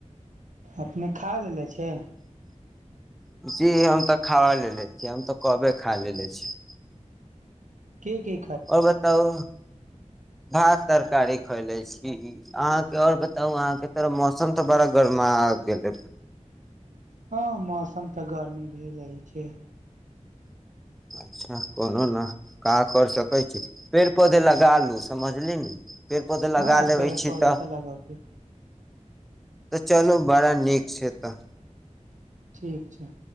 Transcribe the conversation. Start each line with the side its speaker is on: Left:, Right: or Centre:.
Right: अपने खा लेलेे छै
Centre: जी हम तऽ खा लेलेे छियै हम त कबे खा लेलेे छियै
Right: के के
Centre: आओर बताउ भात तरकारी खोले छी अहाँके और बताउ अहाँके तरफ मौसम तऽ बड़ा गरमा गेल
Right: हँ मौसम तऽ गर्मी भेल रहै छै
Centre: अच्छा कोनो न का कर सकै छी पेड़ पौधे लगा लू समझली ने पेड़ पौधे
Right: हँ
Centre: लगा लेबे
Right: पेड़
Centre: छी
Right: पौधे
Centre: त
Right: तऽ लगबे
Centre: तऽ चलू बड़ा नीक छै तऽ
Right: ठीक छै